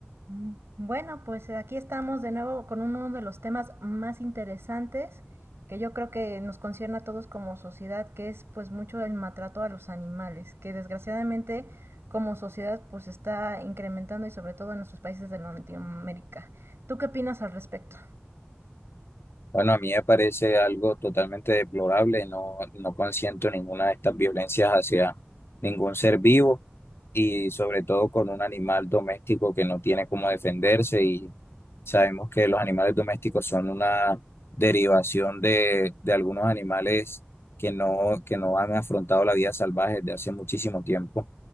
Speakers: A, on the right (about 90°); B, on the left (about 75°).
A: Mm, Bueno, pues eh, aquí estamos de nuevo con uno de los temas más interesantes que yo creo que nos concierne a todos como sociedad, que es pues mucho el maltrato a los animales, que desgraciadamente como sociedad pues está incrementando y sobre todo en nuestros países de Latinoamérica. ¿Tú qué opinas al respecto?
B: Bueno, a mí me parece algo totalmente deplorable, no, no consiento ninguna de estas violencias hacia ningún ser vivo y sobre todo con un animal doméstico que no tiene cómo defenderse y sabemos que los animales domésticos son una derivación de, de algunos animales que no, que no han afrontado la vida salvaje desde hace muchísimo tiempo.